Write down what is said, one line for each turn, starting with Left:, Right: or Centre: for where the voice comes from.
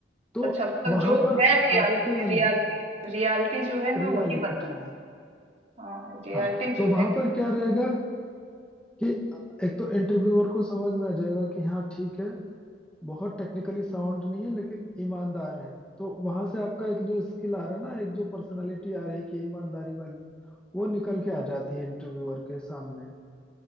Centre: तो
Right: अच्छा मतलब
Centre: वहां
Right: जो
Centre: पर
Right: है रियलिटी
Centre: आपके अंदर
Right: रियलिटी रियलिटी जो है मैं
Centre: रियलिटी
Right: वही बताऊं
Centre: है
Right: हाँ रियलिटी
Centre: हाँ तो
Right: जो
Centre: वहां
Right: है कि
Centre: पर क्या रहेगा कि एक तो इंटरव्यूअर को समझ में आ जाएगा कि हाँ ठीक है बहुत टेक्निकली साउंड नहीं है लेकिन ईमानदार है तो वहां से आपका एक जो स्किल आ रहा है ना एक जो पर्सनालिटी आ रही है कि ईमानदारी वाली वो निकल के आ जाती है इंटरव्यूअर के सामने